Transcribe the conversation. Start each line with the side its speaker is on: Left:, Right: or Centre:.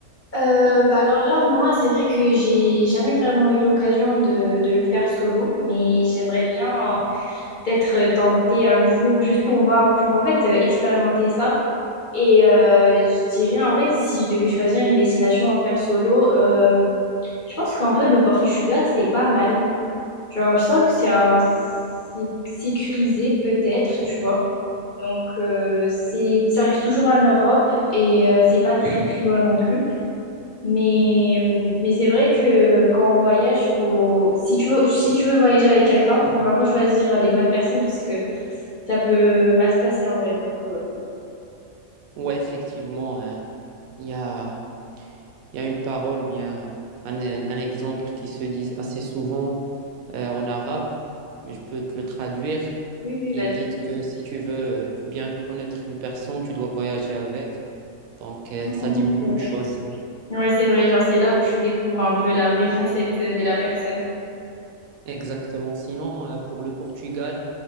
Left: Euh, bah alors là, moi, c'est vrai que j'ai jamais vraiment eu l'occasion de, de le faire solo, mais j'aimerais bien euh, peut-être tenter un jour juste pour voir, pour en fait euh, expérimenter ça. Et euh, je dirais en vrai, si je devais choisir une destination à faire solo, euh, je pense qu'en vrai, le Portugal, c'est pas mal. Genre, je sens que c'est un- c'est sécurisé peut-être, tu vois. Donc, euh, c'est, ça reste toujours en Europe et euh, c'est pas très très loin non plus. Mais, mais c'est vrai que quand on voyage, faut, si tu veux, si tu veux voyager avec quelqu'un, faut vraiment choisir euh, les bonnes personnes parce que ça peut mal se passer en vrai. Donc, euh,
Right: Ouais, effectivement, euh, il y a, il y a une parole ou bien un, un exemple qui se dit assez souvent euh, en arabe, mais je peux te le traduire.
Left: oui, oui,
Right: Ils
Left: vas-y.
Right: disent
Left: <laughs>
Right: que si tu veux bien connaître une personne, tu dois voyager avec. Donc, euh,
Left: Mhm.
Right: ça dit beaucoup
Left: C'est
Right: de
Left: vrai.
Right: choses.
Left: Ouais, c'est vrai. Genre, c'est là où tu découvres un peu la vraie facette de la personne.
Right: Exactement. Sinon, euh, pour le Portugal,